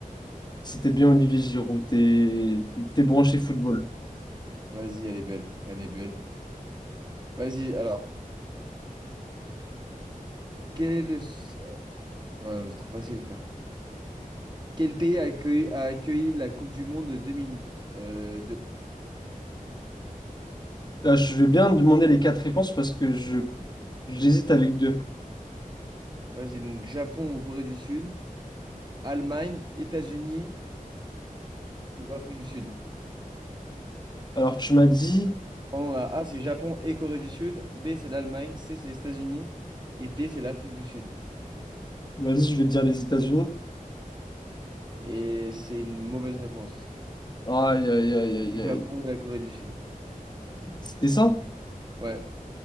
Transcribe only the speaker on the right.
Vas-y, elle est belle. Elle est belle. Vas-y, alors. Quel est le... s- euh, Ouais, non, c'est trop facile, frère. Quel pays a accueilli, a accueilli la Coupe du Monde de deux mille euh, deux?
Vas-y, donc Japon ou Corée du Sud, Allemagne, États-Unis ou Afrique du Sud.
Pardon, la A, c'est Japon et Corée du Sud. B, c'est l'Allemagne. C, c'est les États-Unis. Et D, c'est l'Afrique du Sud.
Et c'est une mauvaise réponse.
Le
Japon et la Corée du Sud.
Ouais,